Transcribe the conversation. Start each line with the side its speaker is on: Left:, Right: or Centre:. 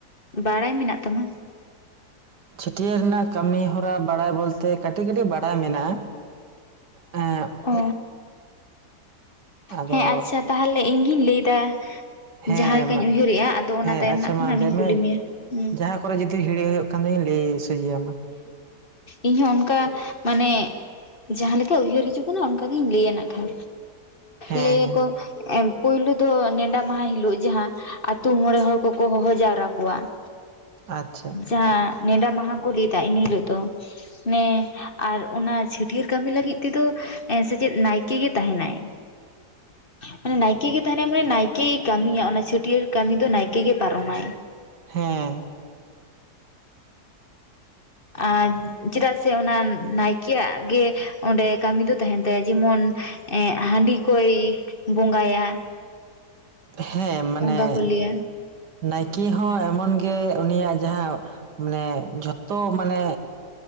Left: ᱵᱟᱲᱟᱭ ᱢᱮᱱᱟᱜ ᱛᱟᱢᱟ?
Right: ᱪᱷᱟᱹᱴᱭᱟᱹᱨ ᱨᱮᱱᱟᱜ ᱠᱟᱹᱢᱤ ᱦᱚᱨᱟ ᱵᱟᱲᱟᱭ ᱵᱚᱞᱛᱮ ᱠᱟᱹᱴᱤᱡ ᱠᱟᱹᱴᱤᱡ ᱵᱟᱲᱟᱭ ᱢᱮᱱᱟᱜᱼᱟ᱾ ᱮᱸᱜ
Left: ᱚ
Right: ᱟᱫᱚ
Left: ᱦᱮᱸ ᱟᱪᱪᱷᱟ ᱛᱟᱦᱚᱞᱮ ᱤᱧ ᱜᱤᱧ ᱞᱟᱹᱭ ᱮᱫᱟ᱾
Right: ᱦᱮᱸ
Left: ᱡᱟᱦᱟᱸ ᱞᱮᱠᱟᱧ
Right: ᱢᱟ
Left: ᱩᱭᱦᱟᱹᱨᱮᱜᱼᱟ ᱟᱫᱚ ᱚᱱᱟ
Right: ᱦᱮᱸ
Left: ᱛᱟᱭᱚᱢ
Right: ᱟᱪᱪᱷᱟ
Left: ᱨᱮᱱᱟᱜ ᱠᱷᱟᱱ
Right: ᱢᱟ
Left: ᱟᱢᱤᱧ
Right: ᱞᱟᱹᱭ
Left: ᱠᱩᱞᱤ
Right: ᱢᱮ
Left: ᱢᱮᱭᱟ ᱦᱮᱸ᱾
Right: ᱡᱟᱦᱟᱸ ᱠᱚᱨᱮ ᱡᱩᱫᱤ ᱦᱤᱲᱤᱡ ᱦᱩᱭᱩᱜ ᱠᱷᱟᱱ ᱫᱚᱧ ᱞᱟᱹᱭ ᱥᱩᱡᱮ ᱟᱢ - ᱟ᱾
Left: ᱤᱧ ᱦᱚᱸ ᱚᱱᱠᱟ ᱢᱟᱱᱮ ᱡᱟᱦᱟᱸᱞᱮᱠᱟ ᱩᱭᱦᱟᱹᱨ ᱦᱤᱡᱩᱜ ᱠᱟᱱᱟ ᱚᱱᱠᱟ ᱜᱤᱧ ᱞᱟᱹᱭᱟ ᱱᱟᱜ ᱠᱷᱟᱱ᱾
Right: ᱦᱮᱸ
Left: ᱞᱟᱹᱭᱟᱠᱚ,
Right: ᱦᱮᱸ
Left: ᱯᱩᱭᱞᱩ ᱫᱚ ᱱᱮᱰᱟ ᱢᱟᱦᱟ ᱦᱤᱞᱳᱜ ᱡᱟᱦᱟᱸ ᱟᱹᱛᱩ ᱢᱚᱬᱮ ᱦᱚᱲ ᱠᱚᱠᱚ ᱦᱚᱦᱚ ᱡᱟᱣᱨᱟ ᱠᱚᱣᱟ᱾ <inaudible>
Right: ᱟᱪᱪᱷᱟ
Left: ᱡᱟᱦᱟᱸ ᱱᱮᱰᱟ ᱢᱟᱦᱟ ᱠᱚ ᱞᱮᱫᱟ ᱮᱱᱦᱤᱞᱳᱜ ᱫᱚ᱾ ᱱᱮ ᱟᱨ ᱚᱱᱟ ᱪᱷᱟᱹᱴᱭᱟᱹᱨ ᱠᱟᱹᱢᱤ ᱞᱟᱹᱜᱤᱫ ᱛᱮᱫᱚ ᱥᱮᱞᱮᱫ ᱱᱟᱭᱠᱮ ᱜᱮ ᱛᱟᱦᱮᱱᱟᱭ᱾ ᱢᱟᱱᱮ ᱱᱟᱭᱠᱮ ᱜᱮ ᱛᱟᱦᱮᱱᱟᱭ ᱢᱟᱱᱮ ᱱᱟᱭᱠᱮ ᱜᱮ ᱠᱟᱹᱢᱤᱭᱟ ᱚᱱᱟ ᱪᱷᱟᱹᱴᱭᱟᱹᱨ ᱠᱟᱹᱢᱤ ᱫᱚ ᱱᱟᱭᱠᱮ ᱜᱮ ᱯᱟᱨᱚᱢᱟᱭ᱾
Right: ᱦᱮᱸ
Left: ᱟᱨ ᱪᱮᱫᱟᱜ ᱥᱮ ᱚᱱᱟ ᱱᱟᱭᱠᱮᱭᱟᱜ ᱜᱮ ᱚᱸᱰᱮ ᱠᱟᱹᱢᱤ ᱫᱚ ᱛᱟᱦᱮᱱ ᱛᱟᱭᱟ ᱡᱮᱢᱚᱱ ᱦᱟᱺᱰᱤ ᱠᱚᱭ ᱵᱚᱸᱜᱟᱭᱟ᱾
Right: ᱦᱮᱸ ᱢᱟᱱᱮ
Left: ᱚᱱᱠᱟ ᱠᱚ ᱞᱟᱹᱭᱟ
Right: ᱱᱟᱭᱠᱮ ᱦᱚᱸ ᱮᱢᱚᱱ ᱜᱮ ᱩᱱᱤᱭᱟᱜ ᱡᱟᱦᱟᱸ ᱢᱟᱱᱮ ᱡᱷᱚᱛᱚ ᱢᱟᱱᱮ